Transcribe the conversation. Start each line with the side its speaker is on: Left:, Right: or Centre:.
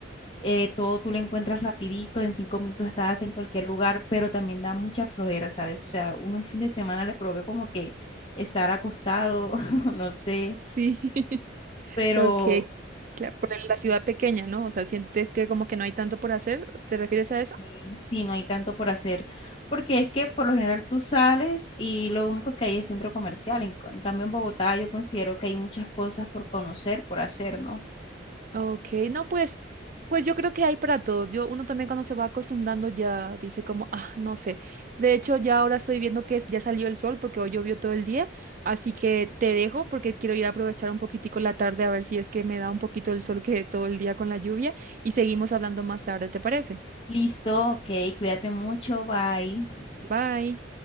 Left: eh, todo tú lo encuentras rapidito, en cinco minutos estás en cualquier lugar, pero también da mucha flojera, ¿sabes? O sea, uno un fin de semana le provoca como que estar acostado, <laughs> no sé,
Right: Sí, <laughs>
Left: pero
Right: ok, claro, por el- la ciudad pequeña, ¿no? O sea, sientes que como que no hay tanto por hacer, ¿te refieres a eso?
Left: sí, sí, no hay tanto por hacer, porque es que por lo general tú sales y lo único que hay es centro comercial, en, co- en cambio en Bogotá yo considero que hay muchas cosas por conocer, por hacer, ¿no?
Right: Ok, no, pues, pues yo creo que hay para todos. Yo, uno también cuando se va acostumbrando ya dice como, ah, no sé. De hecho, ya ahora estoy viendo que es- ya salió el sol porque hoy llovió todo el día, así que te dejo porque quiero ir a aprovechar un poquitico la tarde a ver si es que me da un poquito el sol que todo el día con la lluvia y seguimos hablando más tarde, ¿te parece?
Left: Listo, ok, cuídate mucho, bye.
Right: Bye.